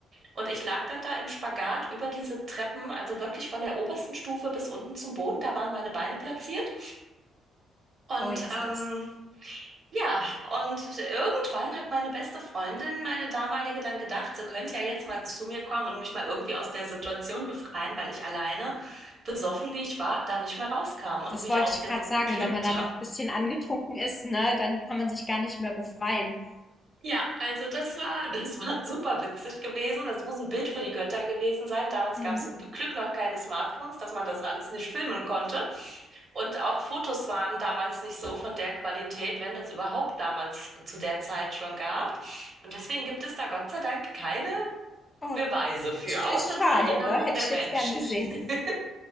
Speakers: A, on the right (about 50°); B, on the left (about 20°).
A: Und ich lag dann da im Spagat über diese Treppen, also wirklich von der obersten Stufe bis unten zum Boden. Da waren meine Beine platziert. Und
B: Oh, Jesus.
A: ähm, ja, und irgendwann hat meine beste Freundin, meine damalige, dann gedacht, sie könnte ja jetzt mal zu mir kommen und mich mal irgendwie aus der Situation befreien, weil ich alleine, besoffen wie ich war, da nicht mehr rauskam und
B: Das
A: mich
B: wollte
A: aus
B: ich
A: dem
B: gerade sagen,
A: <laughs> Geländer
B: wenn man da noch ein bisschen angetrunken ist, ne, dann kann man sich gar nicht mehr befreien.
A: Ja, also das war, das war <laughs> super witzig gewesen. Das muss ein Bild für die Götter gewesen sein. Damals
B: Mhm.
A: gab es zum Glück noch keine Smartphones, dass man das alles nicht filmen konnte. Und auch Fotos waren damals nicht so von der Qualität, wenn das überhaupt damals zu der Zeit schon gab. Und deswegen gibt es da Gott sei Dank keine
B: Oh,
A: Beweise für,
B: ist
A: außer
B: ist schade,
A: die Erinnerung
B: ne? Hätte
A: der
B: ich
A: Menschen.
B: jetzt gern gesehen.
A: <laughs>